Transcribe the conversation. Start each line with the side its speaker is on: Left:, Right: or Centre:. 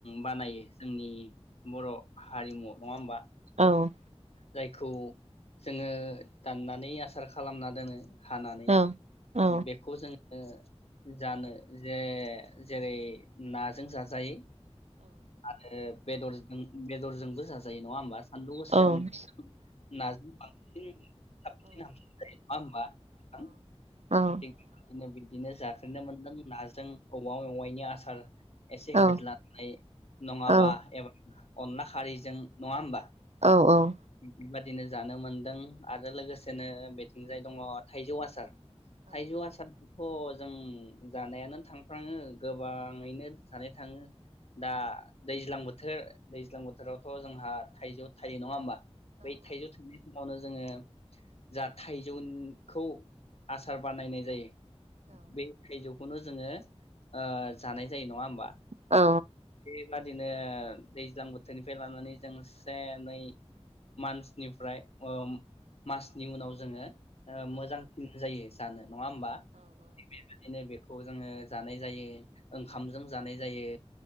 Left: बानायो जोंनि बर हारिमु नङा होमबा?
Right: औ।
Left: जायखौ जोङो दाननानै आसार खालामना दोनो हानानै
Right: औ औ
Left: बेखौ जों ओ जानो जे जेरै नाजों जाजायो। आरो बेदरजों बेदरजोंबो जा जायो नङा होमबा? सान्दु
Right: औ
Left: गोसायाव नाजों बांसिन साबसिन हामसिन जायो नङा होनबा नोंथां?
Right: औ
Left: दिनो जाफेनो मोनदों नाजों औवा मेवाइनि आसार। एसे
Right: औ
Left: होदल्लानाय। नङाबा
Right: औ
Left: एबा अनला खारैजों नङा होमबा?
Right: औ औ औ।
Left: <unintelligible> दिनो जानो मोनदों आरो लोगोसेनो बेथिंजाय दङ थाइजौ आसार। थाइजौ आसारखौथ जों जानायानो थांफ्राङो गोबाङैनो जानो थाङो दा दैज्लां बोथोर दैज्लां बोथोरावथ जोंहा थाइजौ थाइयो नङा होमबा? बै थायजौ <unintelligible> नआवनो जोङो जा थाइजौखौ आसार बानायनाय जायो। बे थायजौ खौनो जोङो ओ जानाय जायो नङा होमबा?
Right: औ।
Left: <unintelligible> दिनो दैज्लां बोथोरनिफ्राय लानानै जों से नै मान्चनिफ्राय ओम मासनि उनाव जोङो ओ मोजांसिन जायोस दानो नङा ओमबा <unintelligible> खौ जोङो जानाय जायो ओंखामजों जानाय जायो।